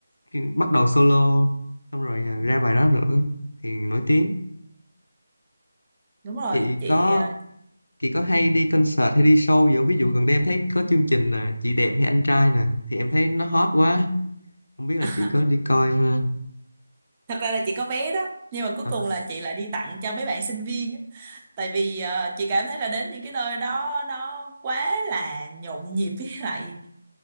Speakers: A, on the left (about 75°); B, on the right (about 25°).
A: Khi bắt đầu solo xong rồi ờ, ra bài đó nữa thì nổi tiếng
B: đúng rồi
A: chị
B: chị
A: có
B: à,
A: Chị có hay đi concert hay đi show gì không? Ví dụ gần đây em thấy có chương trình à, Chị đẹp hay anh trai nè thì em thấy nó hot quá. Không biết là
B: <laughs>
A: chị có đi coi không ha?
B: thật ra là chị có vé đó nhưng mà cuối
A: À,
B: cùng là chị lại đi tặng cho mấy bạn sinh viên á. Tại vì ờ, chị cảm thấy là đến những cái nơi đó nó quá là nhộn nhịp với lại